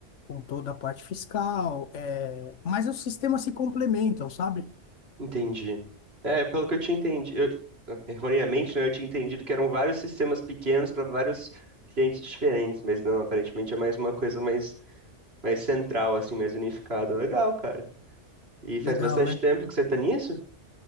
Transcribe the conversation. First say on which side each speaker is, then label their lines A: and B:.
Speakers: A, on the left (about 80°); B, on the right (about 55°).
A: com toda a parte fiscal. É, mas os sistemas se complementam, sabe?
B: Entendi. É, pelo que eu tinha entendido, erroneamente, né, eu tinha entendido que eram vários sistemas pequenos para vários clientes diferentes, mas não, aparentemente é mais uma coisa mais, mais central, assim, mais unificada. Legal, cara. E faz
A: Legal,
B: bastante
A: né?
B: tempo que você tá nisso?